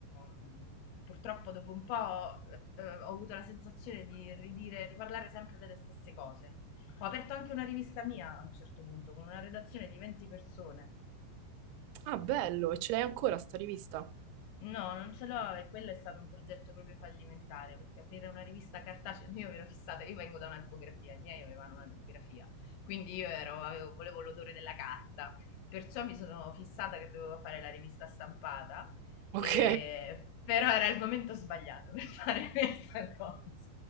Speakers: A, on the left (about 80°); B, on the right (about 90°).
A: mm, Purtroppo dopo un po' eh, eh, ho avuto la sensazione di ridire, riparlare sempre delle stesse cose. Ho aperto anche una rivista mia a un certo punto con una redazione di 20 persone.
B: Ah, bello, e ce l'hai ancora sta rivista?
A: No, non ce l'ho e quello è stato un progetto proprio fallimentare perché aprire una rivista cartacea, <laughs> io mi ero fissata, io vengo da una tipografia, i miei avevano una tipografia, quindi io ero, avevo- volevo l'odore della carta, perciò mi sono fissata che dovevo fare la rivista stampata,
B: Ok.
A: e- però era il momento sbagliato per <laughs> fare questa cosa.